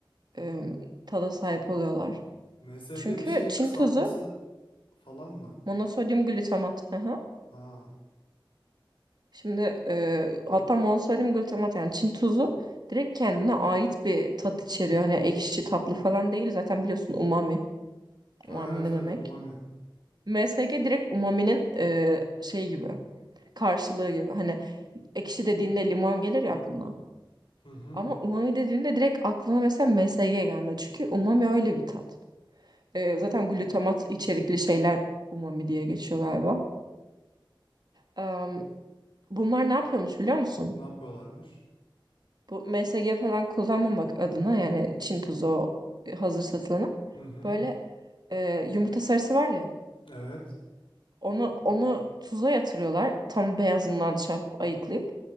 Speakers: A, on the right (about 50°); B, on the left (about 80°).
A: Em, tada sahip oluyorlar.
B: MSG
A: Çünkü
B: bir şeyin
A: Çin
B: kısaltması
A: tuzu
B: falan mı?
A: monosodyum glutamat. <laughs>
B: Ha.
A: Şimdi e, hatta monosodium glutamat yani Çin tuzu direkt kendine ait bir tat içeriyor. Hani ekşi tatlı falan değil. Zaten biliyorsun umami.
B: Ha
A: Umami
B: evet
A: ne
B: evet
A: demek?
B: umami.
A: MSG direkt umaminin e, şey gibi karşılığı gibi. Hani ekşi dediğinde limon gelir ya aklına.
B: Hı hı.
A: Ama umami dediğinde direkt aklına mesela MSG gelmedi. Çünkü umami öyle bir tat. E, zaten glutamat içerikli şeyler umami diye geçiyor galiba. Em, bunlar ne yapıyormuş biliyor musun?
B: Ne yapıyorlarmış?
A: bu MSG falan kullanmamak adına yani Çin tuzu o hazır satılanı
B: Hı hı.
A: böyle e, yumurta sarısı var ya
B: Evet.
A: onu onu tuza yatırıyorlar tam beyazından şey yapıp ayıklayıp